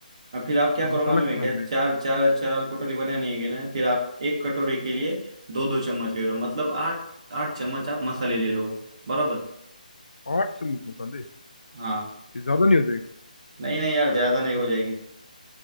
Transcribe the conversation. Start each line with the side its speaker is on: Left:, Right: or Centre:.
Right: अब फिर आप क्या
Left: हाँ
Right: करो
Left: मसाला
Right: मालूम
Left: कितना
Right: है क्या
Left: डलेगा
Right: चार चार चार कटोरी बनानी है ना फिर आप एक कटोरी के लिए दो दो चम्मच ले लो मतलब आठ आठ चम्मच आप मसाले ले लो बराबर
Left: आठ चम्मच मसाले
Right: हाँ
Left: ये ज्यादा नहीं हो जाएगा
Right: नहीं नहीं यार ज्यादा नहीं हो जाएगी